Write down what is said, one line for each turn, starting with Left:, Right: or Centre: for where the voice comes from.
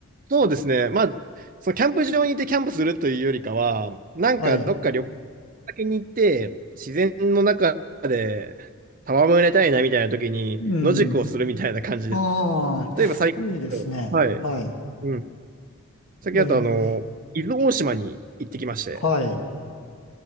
Right: そうですね。まあ、そのキャンプ場に行ってキャンプするというよりかは、なんかどっか旅行先に行って、
Left: はい。
Right: 自然の中で戯れたいなみたいな時に野宿をするみたいな感じですね。
Left: うん。ああ、
Right: 例えば最近、
Left: いいですね。
Right: はい。
Left: はい。
Right: うん。最近だとあの、
Left: えー
Right: 伊豆大島に行ってきまして、
Left: はい、